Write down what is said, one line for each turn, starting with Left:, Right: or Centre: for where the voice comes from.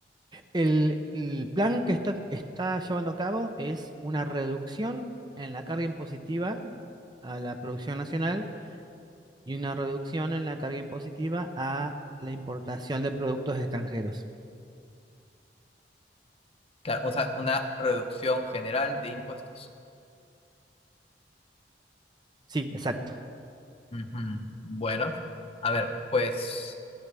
Right: El, el plan que está, está llevando a cabo es una reducción en la carga impositiva a la producción nacional y una reducción en la carga impositiva a la importación de productos extranjeros.
Left: Claro, o sea, una reducción general de impuestos.
Right: Sí, exacto.
Left: Ujú. Bueno, a ver, pues